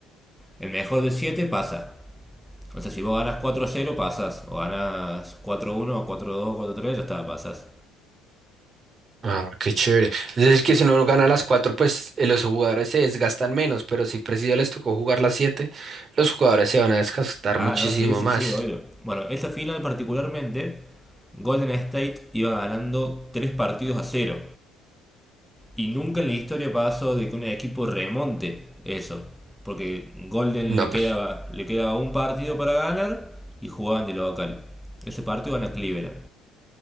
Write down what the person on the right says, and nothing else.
Ah, qué chévere. Es decir, que si uno gana las cuatro, pues eh, los jugadores se desgastan menos, pero si Presidio les tocó jugar las siete, los jugadores se van a desgastar
muchísimo
más.
No,
pues.